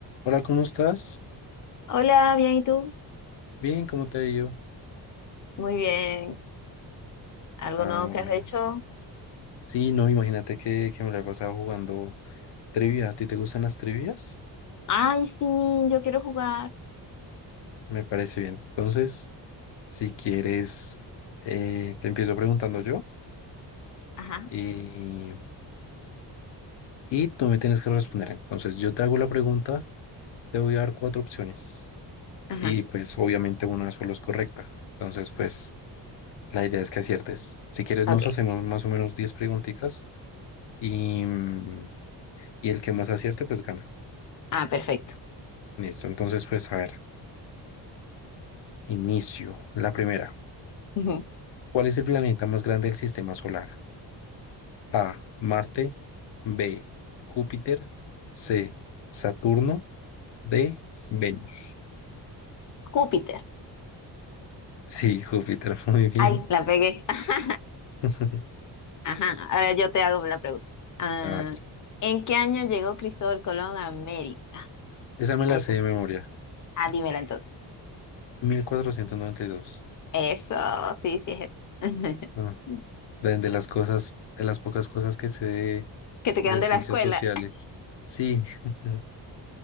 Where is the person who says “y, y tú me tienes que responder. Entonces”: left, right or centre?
Left